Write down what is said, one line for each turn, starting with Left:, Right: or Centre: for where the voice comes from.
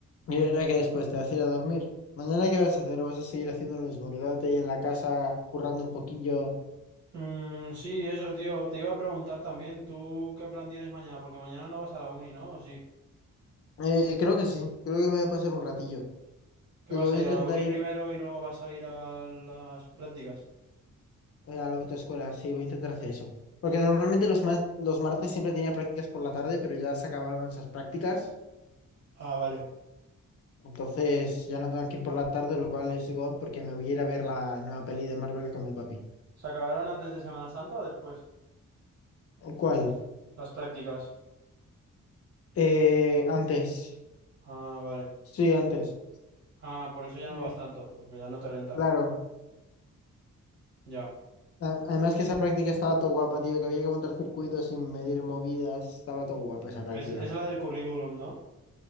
Left: Y ahora que después te vas a ir a dormir. ¿Mañana qué vas a hacer? ¿O vas a seguir haciendo lo mismo? Quedándote ahí en la casa, currando un poquillo.
Right: Mm, sí, eso, tío. Te iba a preguntar también, ¿tú qué plan tienes mañana? Porque mañana no vas a la uni, ¿no? ¿O sí?
Left: Eh, creo que sí. Creo que me voy a pasar un ratillo.
Right: ¿Qué
Left: Y
Right: vas
Left: voy
Right: a
Left: a
Right: ir
Left: intentar
Right: a la uni
Left: ir
Right: primero y luego vas a ir a las prácticas?
Left: eh, a la autoescuela. Sí, voy a intentar hacer eso. Porque normalmente los, ma- los martes siempre tenía prácticas por la tarde, pero ya se acabaron esas prácticas.
Right: Ah, vale.
Left: Entonces ya no tengo que ir por la tarde, lo cual es God porque me voy a ir a ver la nueva peli de Marvel con el papi.
Right: ¿Se acabaron antes de Semana Santa o después?
Left: ¿Cuál?
Right: Las prácticas.
Left: Eh, antes.
Right: Ah, vale.
Left: Sí, antes.
Right: Ah, por eso ya
Left: Eh,
Right: no vas tanto, porque ya no te renta.
Left: claro.
Right: Ya.
Left: A- Además que esa práctica estaba todo guapa, tío, que había que montar circuitos sin medir movidas. Estaba todo guapa esa práctica.
Right: Es, es la del currículum, ¿no?